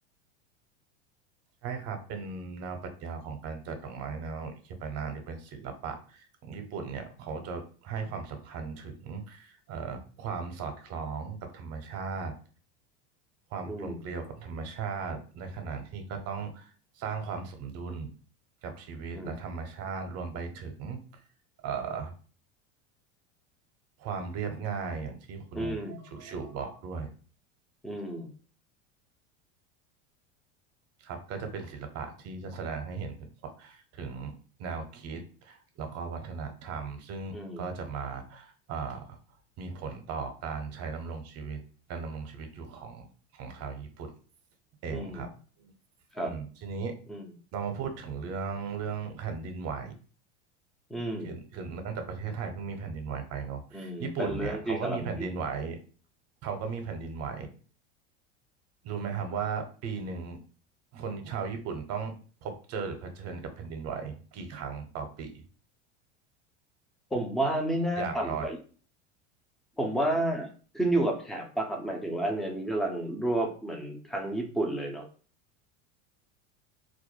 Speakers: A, on the right (about 40°); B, in the centre.
A: ใช่ครับเป็นแนวปรัชญาของการจัดดอกไม้แนวอิเคบานะหรือเป็นศิลปะของญี่ปุ่นเนี่ยเขาจะให้ความสำคัญถึงเอ่อความสอดคล้องกับธรรมชาติความกลมเกลียวกับธรรมชาติในขณะที่ก็ต้อง
B: อืม
A: สร้างความสมดุลกับชีวิตและธรรมชาติรวมไปถึง
B: อืม
A: เอ่อความเรียบง่ายอย่างที่คุณชูชูบอกด้วย
B: อืมอืม
A: ครับก็จะเป็นศิลปะที่จะแสดงให้เห็นถึงความถึงแนวคิดแล้วก็วัฒนธรรมซึ่งก็จะมา
B: อืม
A: เอ่อมีผลต่อการใช้ดำรงชีวิตการดำรงชีวิตอยู่ของของชาวญี่ปุ่นเองครับ
B: อืมครับ
A: อืมทีนี้
B: อืม
A: เรามาพูดถึงเรื่องเรื่องแผ่นดินไหว
B: อืม
A: คือคือเนื่องจากประเทศไทยเพิ่งมีแผ่นดินไหวไปเนาะญี่ปุ่นเนี่ยเขาก็มีแผ่นดินไหว
B: อืมเป็นเรื่องที่กำลังฮิต
A: เขาก็มีแผ่นดินไหวรู้ไหมครับว่าปีหนึ่งคนชาวญี่ปุ่นต้องพบเจอหรือเผชิญกับแผ่นดินไหวกี่ครั้งต่อปี
B: ผมว่าไม่น่าต่ำกว่า
A: อย่างน้อย
B: ผมว่าขึ้นอยู่กับแถบป่ะครับหมายถึงว่าอันเนี้ยนี้กำลังรวบเหมือนทางญี่ปุ่นเลยเนาะ